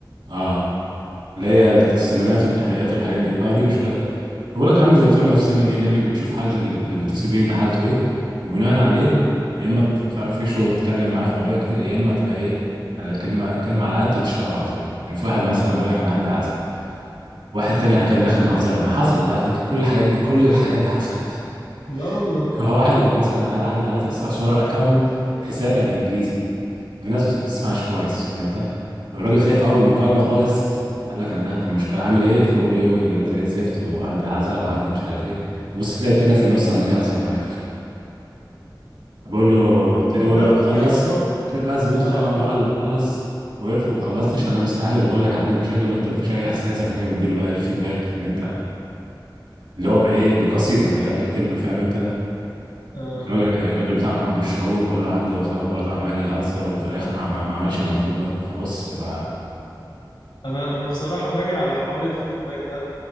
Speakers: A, on the right; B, on the left.
A: اه اللي هي السلامات والتحيات والحاجات دي اه دي مشكله بقول لك عامل زي دكتور نفساني ليه لانك بتشوف حاله ال- اللي بيتصل بيك ده حالته ايه وبناء عليه يا اما تتفرفشه وتتكلم معاه في مواضيع كتير يا اما تبقى ايه على كلمه كلمه على قد وتشتغل على طول يعني في واحد مثلا بيقول لك انا عندي عزا واحد تاني حكام داخل مهزر معايا حصلت دي على فكره كل الحاجات دي كل الحاجات دي حصلت
B: لا والله
A: <laughs> هو واحد يبقى مثلا قال عندي عزا بس هو الاكونت حساب يعني انجليزي في ناس ما بتسمعش كويس فاهم انت فالراجل تلاقي في اول المكالمه خالص قال لك انا داخل في مشكله عامل ايه فبقول له يومي زي الزفت وعندي عزا وعندي مش عارف ايه تبص تلاقي التاني في النص عمال يهزر معاه بقول له التاني بقول
B: لا
A: له
B: انت
A: خلص
B: ما-
A: تلاقي بقى الزبون
B: اه
A: خانه قال له قال له خلص وقف وخلصت عشان انا مستعجل وبقول لك عندي مشاكل وانت مفيش اي احساس راح جاي مديله بقى الفيدباك اللي انت اللي هو بايه بقصيده ده قاعد يكتب له فاهم انت
B: اه
A: الراجل الراجل بتاعكم ما عندوش شعور بقول له عندي وفاء وبرضه عمال يهزر وفي الاخر ما ما ما عملش المطلوب منه فبص بتبقى
B: انا انا بصراحه باجي على حوار الفيدباك ده